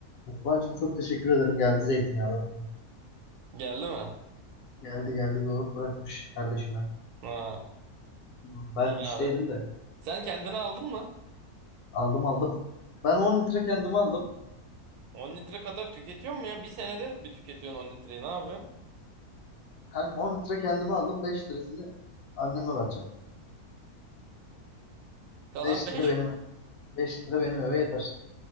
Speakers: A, on the left (about 70°); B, on the right (about 80°).
A: Osman'cığım çok teşekkür ederim. Geldi zeytinyağları.
B: Geldi mi?
A: Geldi geldi doğru bırakmış kardeşime.
B: Ha,
A: Hmm, Ben
B: iyi
A: işteydim
B: abi.
A: de
B: Sen kendine aldın mı?
A: aldım aldım. Ben 10 litre kendime aldım.
B: 10 litre kadar tüketiyor mu ya? Bir senede bir tüketiyorsun on litreyi. Ne yapıyorsun?
A: Kanka 10 litre kendime aldım. 5 lirasını anneme vereceğim.
B: Kalan
A: 5
B: beş.
A: lira benim 5 lira benim eve yeter.